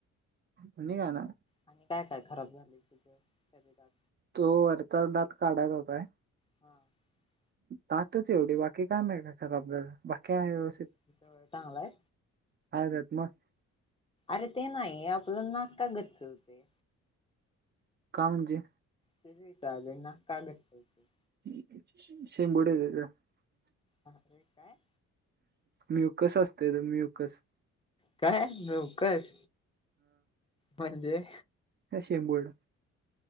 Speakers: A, on the right; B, on the left.
A: आणि काय नाय
B: आणि काय काय खराब झाले तुझ शरीरात?
A: तो वरचा दात काढायचाच हाय
B: <unintelligible>
A: दातच एवढी बाकी काय नाय का खराबदल बाकी व्यव
B: तिथ चांगलं हाय?
A: <unintelligible>
B: अरे ते नाही आपलं नाक का गच्च होतय?
A: का म्हणजे,
B: तेच विचारलय ना का गच्च हुतय--'
A: <unintelligible>
B: ह अरे काय
A: म्युकस असतय रे म्युकस
B: काय नवकच म्हणजे
A: ह शेबोर्ड